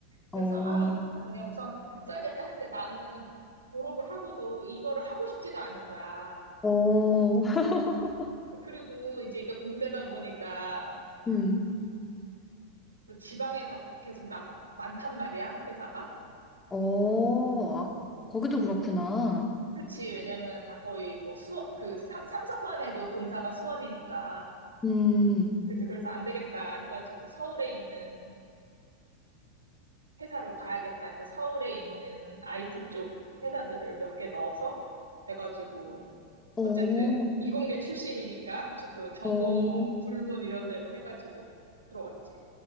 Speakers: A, on the right (about 80°); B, on the left (about 15°).
A: 그래서
B: 어,
A: 아, 나 그냥 우선 써야겠다 했는데 나는 졸업을 하고도 이거를 하고 싶지가 않은 거야.
B: 어, <laughs>
A: 그리고 이제 이게 공대다 보니까
B: 음,
A: 또 지방에 다 계속 나가, 많단 말이야, 회사가.
B: 어, 아, 거기도 그렇구나.
A: 그치, 왜냐면 다 거의 뭐 수원, 그 삼, 삼성만 해도 본사가 수원이니까.
B: 음,
A: 그죠. 그래서 안 되겠다 해가지고 서울에 있는 회사로 가야겠다 해서 서울에 있는 IT 쪽 회사들을 몇 개 넣어서 돼가지고
B: 어,
A: 어쨌든 이공계 출신이니까 저- 그 전공
B: 어,
A: 불문 이런 데로 해가지고 들어갔지.